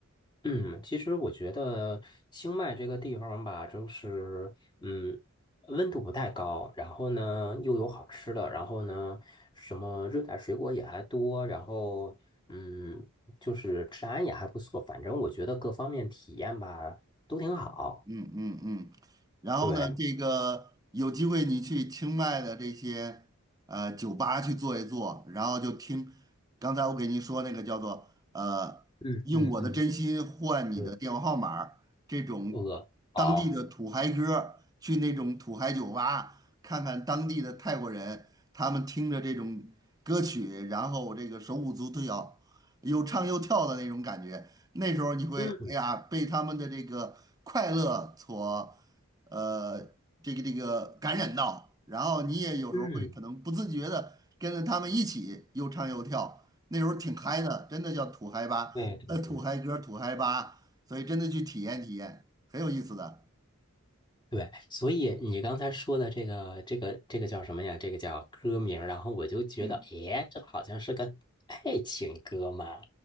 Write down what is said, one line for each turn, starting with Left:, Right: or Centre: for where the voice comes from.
Left: 嗯，其实我觉得清迈这个地方吧，就是嗯，温度不太高，然后呢又有好吃的，然后呢什么热带水果也还多，然后嗯，就是治安也还不错，反正我觉得各方面体验吧都挺好。
Right: 嗯嗯嗯，然后呢，
Left: 对，
Right: 这个有机会你去清迈的这些呃酒吧去坐一坐，然后就听刚才我给您说那个叫做呃用我的真心换你的电话号码儿这种当地的土嗨歌儿去那种土嗨酒吧看看当地的泰国人，
Left: 嗯嗯嗯，对，呃，好，
Right: 他们听着这种歌曲，然后这个手舞足蹈，又唱又跳的那种感觉。那时候你会，
Left: 嗯
Right: 哎呀，被他们的这个快乐所，呃，这个这个感染到，然后你也有时候会可能不自觉的跟着他们一起又唱又跳，
Left: 嗯，
Right: 那时候挺嗨的，真的叫土嗨吧，
Left: 对对对。
Right: 呃，土嗨歌，土嗨吧，所以真的去体验体验，很有意思的，
Left: 对，所以你刚才说的这个这个这个叫什么呀？这个叫歌名儿然后我就觉得，
Right: 嗯。
Left: 诶，这好像是个爱情歌嘛。